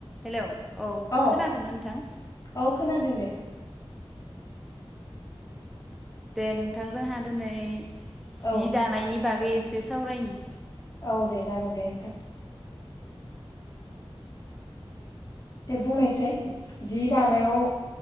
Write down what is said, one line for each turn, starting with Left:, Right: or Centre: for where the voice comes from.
Centre: Hello औ
Left: अ
Centre: खोनादोंमोन नोंथां।
Left: औ खोनादों दे
Centre: दे नोंथांजोंहा दिनै जि
Left: औ
Centre: दानायनि बागै एसे सावरायनि
Left: औ दे जागोन दे नोंथां। दे बुंनायसै जि दानायाव